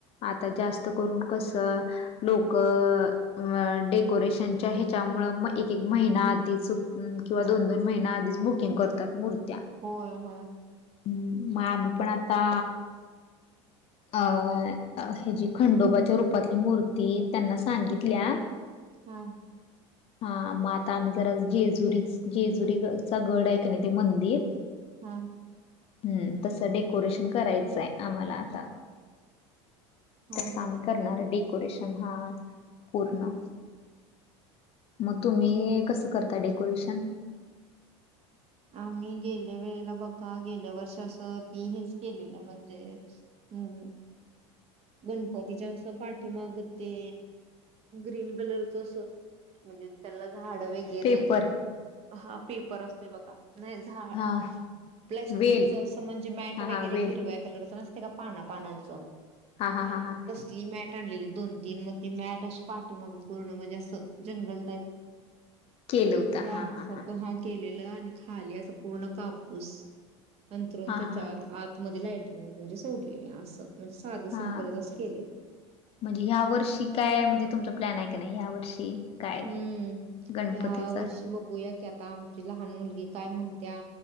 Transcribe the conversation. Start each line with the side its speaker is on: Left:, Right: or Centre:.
Left: आता जास्त करून कस? लोक. अ डेकोरेशनच्या ह्याच्यामु म एक एक महिना आधीच किंवा दोन दोन महिने आधीच बुकिंग करतात मूर्त्या
Right: होय होय.
Left: ह् माभ पण आता अ ह जी खंडोबाच्या रूपातली मूर्ती त्यांना सांगितल्या.
Right: हम.
Left: <unintelligible> हा मग आता आम्ही जरा जेजुरी जेजुरीचा गड आहे क नाही ते मंदिर
Right: हा.
Left: हम्म तसं डेकोरेशन करायचं आहे आम्हाला आता
Right: हां,
Left: त्यास
Right: हां.
Left: आम्ही करणार डेकोरेशन हा पूर्ण मग तुम्ही कसं करता डेकोरेशन
Right: आम्ही गेल्या वेळेला बघा गेल्या वर्ष असं ती हेच केलेलं म्हणजे हम्म गणपतीच्या असं पाठीमाग ते ग्रीन कलरच अस म्हणजे त्याला झाड वगैर
Left: पेपर
Right: वैरे हा पेपर असते बघा नाही. झा
Left: हा
Right: प्लास्टिक
Left: वेल
Right: च अस म्हणजे मॅट
Left: हा हा
Right: वगैरे
Left: वेल
Right: हिरव. कलरच नसते का पाना पानांचं.
Left: हा हा हा हा.
Right: ली मॅट आणलेली दोन तीन मग ती मॅट अशी पाठीे मग पूर्ण म्हणजे असं जंगल टाईप
Left: केलं होत
Right: राणा
Left: हा हा
Right: सर्ख
Left: हा
Right: ह. के आणि खाली अस पूर्ण कापूस अंतरून
Left: हा
Right: त्याच्यात.
Left: हा
Right: मध्ये लाईटिंग म्हणजे सोडलेले असं म्हणजे साधं
Left: हा
Right: सिंपलच अस केलं.
Left: म्हणजे ह्या वर्षी काय म्हणजे तुमचा प्लॅन आहे काी नाही ह्या वर्षी काय
Right: हम्म
Left: गणपतीचा
Right: या वर्षी बघूया की आता आमची लहान मुलगी काय म्हणत्या